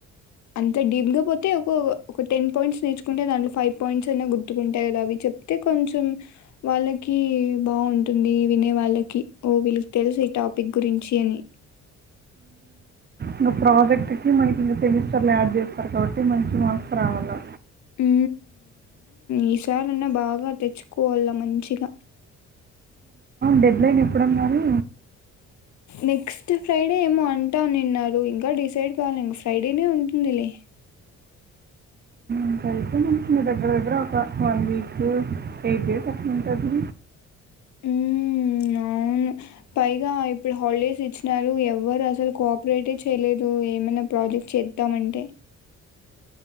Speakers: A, on the left (about 65°); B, on the right (about 35°).
A: అంత డీప్ గా పోతే ఒక ఒక టెన్ పాయింట్స్ నేర్చుకుంటే దాంట్లో ఫైవ్ పాయింట్స్ అయినా గుర్తుకుంటాయి కదా అవి చెప్తే కొంచెం వాళ్ళకి బాగుంటుంది వినే వాళ్ళకి ఓ విల్ తెలుసు ఈ టాపిక్ గురించి అని
B: ఇంకా ప్రాజెక్ట్కి మకి ఇంకా సెమిస్టర్లు యాడ్ చేస్తారు కాబట్టి మంచి మార్క్స్ రావాలి
A: వు విచారణ బాగా తెచ్చుకోవాల మంచిగా
B: డెబ లైన్ ఎప్పుడున్నారు
A: నెక్స్ట్ ఫ్రైడే ఏమో అంటా నిన్నారు ఇంకా డిసైడ్ కావాలి ఇంక ఫ్రైడేనే ఉంటుందిలే
B: ంతయితే మ మీ దగ్గర దగ్గర ఒక వన్ వీక్ ఎయిట్ డేస్ అక్కలా ఉంటుంది
A: హు అవును పైగా ఇప్పుడు హాలిడేస్ ఇచ్చినారు ఎవ్వరు అసలు కోఆపరేటే చేయలేదు ఏమైనా ప్రాజెక్ట్ చేద్దామ అంటే